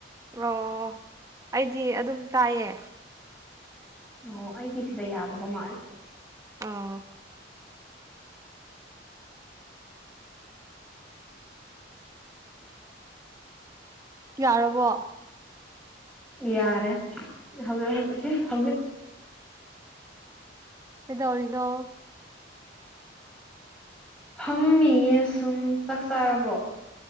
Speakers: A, on the right; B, in the centre.
A: ꯑꯣ ꯑꯩꯗꯤ ꯑꯗꯨꯝ ꯇꯥꯏꯌꯦ
B: ꯑꯣ ꯑꯩꯒꯤ ꯁꯤꯗ ꯌꯥꯗꯕ ꯃꯥꯜ
A: ꯑꯥ ꯌꯥꯔꯕꯣ
B: ꯌꯥꯔꯦ ꯍꯧꯖꯤꯛ ꯍꯧꯖꯤꯛ
A: ꯀꯩꯗꯧꯔꯤꯅꯣ
B: ꯐꯝꯃꯤꯌꯦ ꯁꯨꯝ ꯆꯥꯛ ꯆꯥꯔꯕ꯭ꯔꯣ